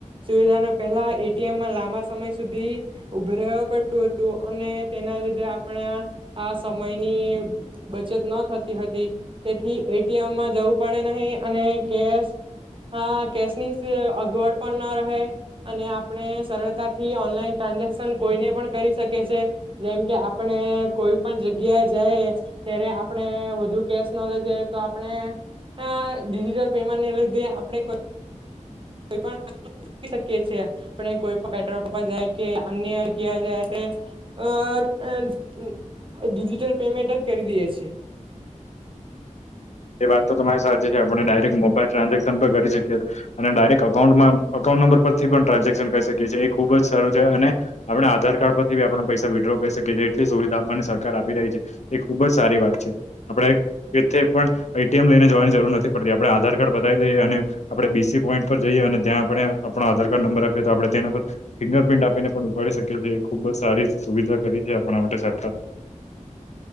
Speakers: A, on the right (about 40°); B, on the left (about 60°).
A: સુવિધાને પહેલા એ ટી એમમાં લાંબા સમય સુધી ઉભે રેહે પડતું હતું અને તેના લીધે આપણે આ સમયની બચત ન થતી હતી, તેથી એ ટી એમમાં જવું પડે નહી અને કેશ હ કેશની સ અગવડ પણ ન રહે અને આપણે સરળતાથી ઓનલાઈન ટ્રાન્ઝેક્શન કોઈને પણ કરી શકે છે, જેમ કે આપણે કોઈ પણ જગ્યા જાયે, ત્યારે આપણે વધુ કેશ ન લઈ જઈએ તો આપણે અ ડિજિટલ પેમેન્ટ ને લીધે આપણે કો કોઈ પણ <unintelligible> આપડે કોઈ પણ પેટ્રોલ પંપ પર જાય કે અન્ય અગ્યાએ જાય અ અન તડીજિટલ પેમેન્ટ જ કરી દઈએ છે.
B: એ વાત તો તમારી સાારીચી છે આપણે ડાયરેક્ટ મોબાઈલ ટ્રાન્ઝેક્શન પણ કરી શકીએ અને ડાયરેક્ટ અકાઉન્ટમાં અકાઉન્ટ નંબર પરથી પણ ટ્રાન્ઝેક્શન કરી શકીએ છીએ, એ ખુબ જ સારું છે અને આપણે આધાર કાર્ડ પરથી બી આપણે પૈસા વિડ્રો કરી શકીએ છીએ એટલી સુવિધા આપવાની સરકાર આપી રહી છે, એ ખુબ જ સારી વાત છે આપણે જે તે પણ એ ટી એમ લઈને જવાની જરૂર નથી પડતી, આપણે આધાર કાર્ડ બતાવી દઈએ અને આપણે બી સી પોઈન્ટ પર જઈએ અને ત્યાં આપણે આપણો આધાર કાર્ડ નંબર આપીએ તો આપણે તેના પર ફિંગર પ્ર્રિન્ટ આપીને પણ ઉપાડી શકીએ છીએ, ખૂબ જ સારી સુવિધા કરી છે આપણા માટે સરકાર એ